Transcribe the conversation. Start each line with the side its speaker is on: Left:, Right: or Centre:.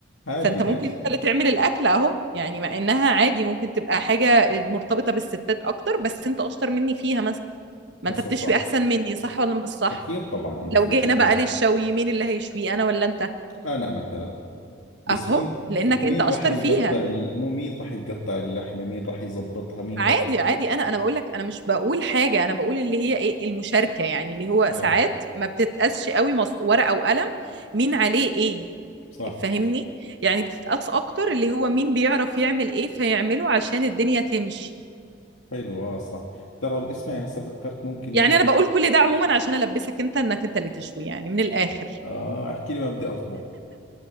Left: عادي
Right: فانت
Left: ماشي
Right: ممكن انت اللي تعمل الاكل اهو يعني مع انها عادي ممكن تبقى حاجة مرتبطة بالستات اكتر بس انت اشطر مني فيها مثلا ما
Left: هسه
Right: انت بتشوي
Left: صح
Right: احسن مني صح ولا مش صح
Left: اكيد طبعا اذا
Right: لو
Left: في
Right: جينا
Left: شغله
Right: بقى للشوي مين اللي هيشوي انا ولا انت
Left: انا مثلا بس
Right: اهو
Left: مين
Right: لانك
Left: بس مين
Right: انت اشطر
Left: راح يقطع
Right: فيها
Left: ال- مو مين راح يقطع اللحمه مين راح يزبطها مين
Right: عادي
Left: راح
Right: عادي انا انا بقول لك انا مش بقول حاجه انا بقول اللي هي ايه المشاركه يعني اللي هو
Left: اه
Right: ساعات ما بتتقاسش قوي مص- ورقه وقلم مين عليه ايه
Left: صح
Right: فاهمني يعني بتتقاس اكتر اللي هو مين بيعرف يعمل ايه فيعمله عشان الدنيا تمشي
Left: حلو اه صح ترى اسمعي هسه فكرت ممكن
Right: يعني
Left: نبدا
Right: انا بقول كل ده عموما عشان البسك انت انك انت اللي تشوي يعني من الاخر
Left: اه احكي لي ما بدي اطبخ